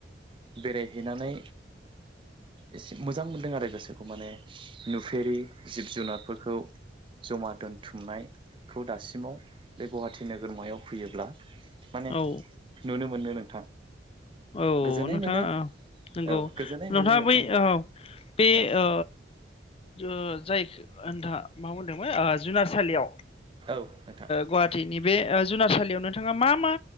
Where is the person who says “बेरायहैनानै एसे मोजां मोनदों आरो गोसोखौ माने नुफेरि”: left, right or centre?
Right